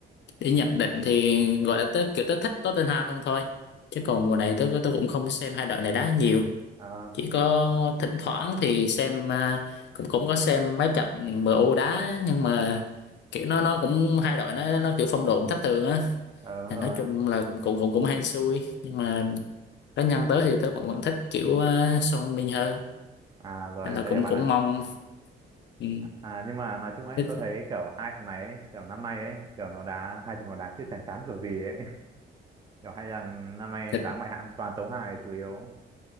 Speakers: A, on the left; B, on the right.
A: để nhận định thì gọi là tớ kiểu tớ thích Tottenham hơn thôi chứ còn mùa này tớ tớ cũng không xem hai đội này đá nhiều
B: Ờ,
A: chỉ có thỉnh thoảng thì xem à, cũng cũng có xem mấy trận em U đá nhưng mà kiểu nó nó cũng hai đội nó nó kiểu phong độ cũng thất thường á
B: ờ đúng
A: Thì
B: rồi
A: nói chung là cũng cũng cũng cũng hên xui nhưng mà cá nhân tớ thì tớ vẫn vẫn thích kiểu à, Son Min hơn
B: à rồi
A: nên là
B: tôi
A: cũng
B: hiểu bạn
A: cũng
B: ạ
A: mong ừ,
B: à nhưng mà nói chung ấy
A: thích
B: tôi thấy kiểu hai thằng này ấy kiểu năm nay ấy kiểu nó đá hai chúng nó đá chứ chán chán kiểu gì ấy <laughs> kiểu hai thằng năm nay
A: thật
B: đá ngoại hạng toàn tấu hài chủ yếu